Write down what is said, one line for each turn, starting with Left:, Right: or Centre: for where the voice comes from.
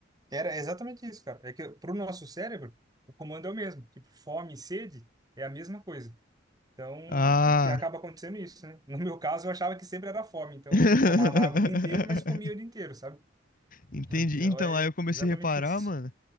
Right: Era exatamente isso, cara. É que pro nosso cérebro, o comando é o mesmo. Tipo, fome e sede é a mesma coisa. Então,
Left: Ah.
Right: que, que acaba acontecendo isso, né? No meu caso, eu achava que sempre era fome. Então,
Left: <laughs>
Right: eu não tomava água o dia inteiro, mas comia o dia inteiro, sabe? <laughs>
Left: Entendi.
Right: Então,
Left: Então,
Right: é
Left: aí eu comecei
Right: exatamente
Left: a reparar,
Right: isso.
Left: mano.